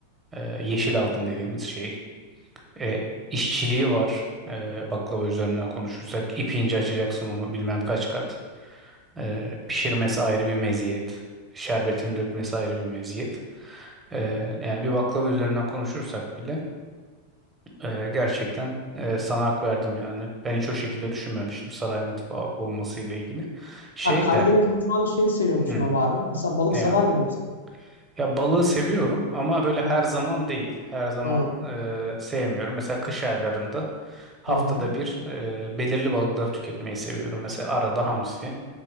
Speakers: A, on the right; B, on the left.
A: e, yeşil altın dediğimiz şey. E, işçiliği var. E, baklava üzerinden konuşursak ip ince açacaksın onu bilmem kaç kat. E, pişirmesi ayrı bir meziyet. Şerbetini dökmesi ayrı bir meziyet. E, yani bir baklava üzerinden konuşursak bile e, gerçekten e, sana hak verdim yani. Ben hiç o şekilde düşünmemiştim saray mutfağı olmasıyla ilgili. Şey
B: Ha, Karadeniz
A: de
B: mutfağının şeyini seviyor
A: hmm,
B: musun abi abi? Mesela balık
A: ne
B: sever
A: abi?
B: biri misin?
A: Ya balığı seviyorum ama böyle her
B: Hı hı.
A: zaman değil. Her zaman
B: Hı
A: e, sevmiyorum. Mesela kış aylarında haftada
B: hı.
A: bir e, belirli balıkları tüketmeyi seviyorum. Mesela arada hamsi,